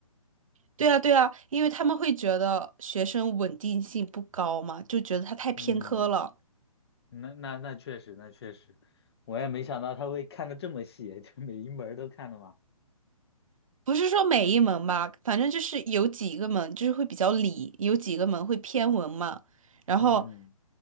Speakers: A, on the right; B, on the left.
A: 对啊，对啊，因为他们会觉得学生稳定性不高嘛，就觉得他太偏科了。
B: 嗯，那那那确实，那确实，我也没想到他会看的这么细，就每一门儿都看的嘛。
A: 不是说每一门吧，反正就是有几个门就是会比较理，有几个门会偏文嘛，然后
B: 嗯